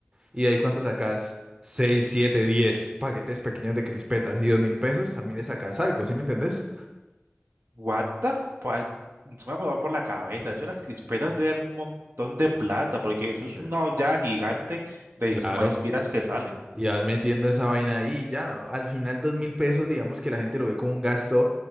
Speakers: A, on the right; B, on the right.
A: ¿Y de ahí cuánto sacas? Seis, siete, diez paquetes pequeños de crispetas y dos mil pesos. También le sacas algo, ¿sí me entendés?
B: What the fuck? Se me ha pasado por la cabeza. Eso de las crispetas deben un montón de plata, porque eso
A: Sí.
B: es una olla gigante de
A: Claro.
B: is- maispiras que sale.
A: Y vas metiendo esa vaina ahí, ya, al final dos mil pesos, digamos que la gente lo ve como un gasto